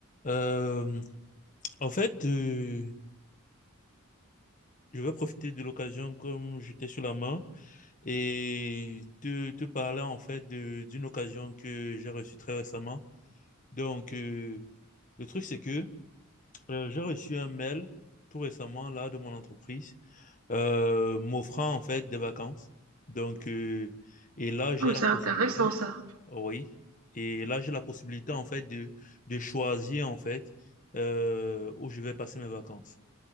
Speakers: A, on the left (about 35°); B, on the right (about 90°).
A: Euh, en fait, euh, je vais profiter de l'occasion comme j'étais sur la main et te, te parler en fait de- d'une occasion que j'ai reçue très récemment. Donc, euh, le truc, c'est que euh, j'ai reçu un mail tout récemment là de mon entreprise euh, m'offrant en fait des vacances. Donc, euh, et là, j'ai
B: Oh,
A: la
B: c'est intéressant
A: possibilité,
B: ça.
A: oh oui, et là, j'ai la possibilité en fait de, de choisir en fait euh, où je vais passer mes vacances.